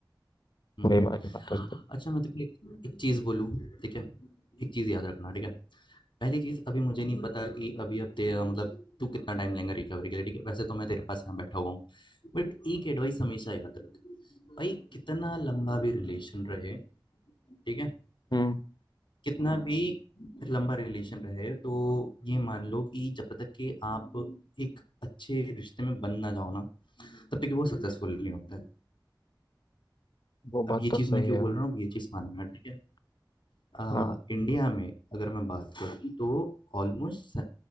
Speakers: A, on the left (about 85°); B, on the left (about 65°).
A: हम्म
B: वही वाली बात हो जाती
A: अच्छा मैं तो एक, एक चीज बोलूँ ठीक है एक चीज याद रखना ठीक है पहली चीज अभी मुझे नहीं पता कि अभी अब तेरा मतलब तू कितना टाइम लेगा रिकवरी के लिए ठीक है वैसे तो मैं तेरे पास यहाँ बैठा हुआ हूँ बट एक एडवाइस हमेशा याद रख भाई कितना लंबा भी रिलेशन रहे ठीक है
B: हम्म
A: कितना भी लंबा रिलेशन रहे तो ये मान लो कि जब तक कि आप एक अच्छे रिश्ते में बन ना जाओ ना तब तक कि वो सक्सेसफुल नहीं होता है
B: वो बात
A: अब ये
B: तो
A: चीज़
B: सही
A: मैं क्यों
B: है
A: बोल रहा हूँ अब ये चीज़ मानना ठीक है अ,
B: हाँ
A: इंडिया में अगर मैं बात करूं तो ऑलमोस्ट